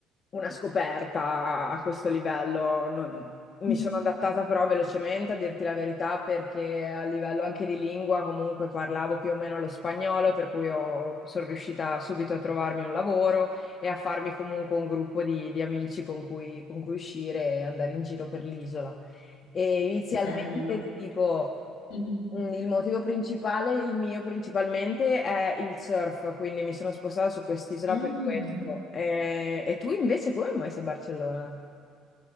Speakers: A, on the left; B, on the left.
A: una scoperta a questo livello. Non- mi
B: Mm.
A: sono adattata però velocemente, a dirti la verità, perché a livello anche di lingua comunque parlavo più o meno lo spagnolo, per cui ho- sono riuscita subito a trovarmi un lavoro e a farmi comunque un gruppo di, di amici con cui, con cui uscire e andare in giro per l'isola. E inizialmente
B: Che bello.
A: ti dico,
B: Mm.
A: mm, il motivo principale, il mio principalmente, è il surf, quindi mi sono spostata su quest'isola
B: Ah.
A: per questo. Eh, E, tu invece come mai sei a Barcellona?